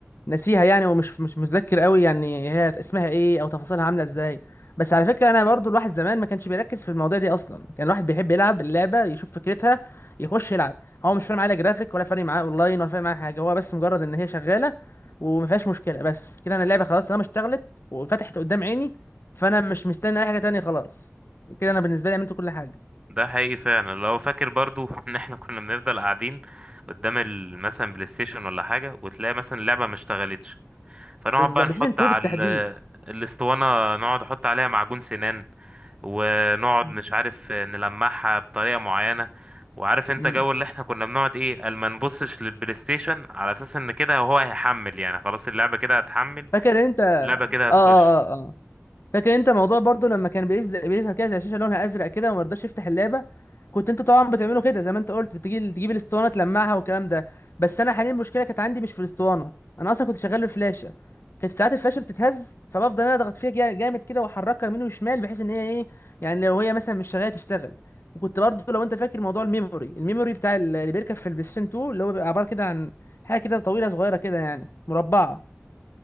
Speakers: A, on the left (about 60°); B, on the right (about 25°).
A: ناسيها يعني ومش مش متذكر قوي يعني هي اسمها ايه او تفاصيلها عامله ازاي بس على فكره انا برضو الواحد زمان ما كانش بيركز في المواضيع دي اصلا كان الواحد بيحب يلعب اللعبه يشوف فكرتها يخش يلعب هو مش فارق معاه لا جرافيك ولا فارق معاه اونلاين ولا فارق معاه حاجه هو بس مجرد ان هي شغاله وما فيهاش مشكله بس كده انا اللعبه خلاص طالما اشتغلت وفتحت قدام عيني فانا مش مستني اي حاجه تانية خلاص كده انا بالنسبه لي عملت كل حاجه
B: ده حقيقي فعلا لو فاكر برضو <laughs> ان احنا كنا بنفضل قاعدين قدام ال- مثلا بلاي ستيشن ولا حاجة وتلاقي مثلا اللعبة ما اشتغلتش فنقعد
A: بالظبط
B: بقى نحط
A: بس 2
B: على
A: بالتحديد
B: ال- الاسطوانة نقعد نحط عليها معجون سنان ونقعد
A: م-
B: مش عارف نلمعها بطريقة معينة وعارف انت
A: م.
B: جو اللي احنا كنا بنقعد ايه قال ما نبصش للبلاي ستيشن على اساس ان كده هو هيحمل يعني خلاص اللعبة كده هتحمل
A: فاكر انت اه
B: اللعبة كده هتخش
A: اه اه اه فاكر انت موضوع برضو لما كان بيز- بيظهر كده زي شاشه لونها ازرق كده وما رضاش يفتح اللعبه كنت انت طبعا بتعمله كده زي ما انت قلت بتجي تجيب الاسطوانه تلمعها والكلام ده بس انا حاليا المشكله كانت عندي مش في الاسطوانه انا اصلا كنت شغال بفلاشه كانت ساعات الفلاشه بتتهز فبفضل انا اضغط فيها جا- جامد كده واحركها يمين وشمال بحيث ان هي ايه يعني لو هي مثلا مش شغاله تشتغل وكنت برضو لو انت فاكر موضوع الميموري الميموري بتاع ال- اللي بيركب في البلايستيشن 2 اللي هو بيبقى عباره كده عن حاجه كده طويله صغيره كده يعني مربعه